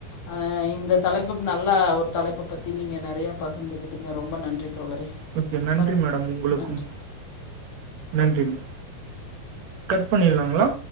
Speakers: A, on the left (about 55°); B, on the right (about 65°).
A: அ இந்த தலைப்புப் நல்ல ஒரு தலைப்பு பத்தி நீங்க நெறயா பகிர்ந்துக்கிட்டிங்க ரொம்ப நன்றி தோழரே
B: ஓகே நன்றி
A: மறு
B: மேடம் உங்களுக்கும்
A: நன்றி
B: நன்றி மே கட் பண்ணிட்லாங்களா